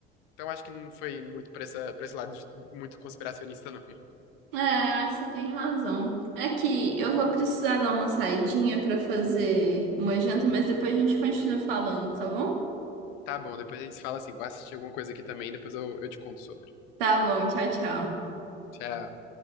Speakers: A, on the left; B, on the right.
A: Então eu acho que não foi muito pra, essa, pra esse lado de- muito conspiracionista, <laughs> não.
B: É, acho que você tem razão. é que eu vou precisar dar uma saidinha pra fazer uma janta, mas depois a gente continua falando, tá bom?
A: Tá bom, depois a gente se fala assim. Vou assistir alguma coisa aqui também, depois eu, eu te conto sobre.
B: Tá bom, tchau, tchau.
A: Tchau.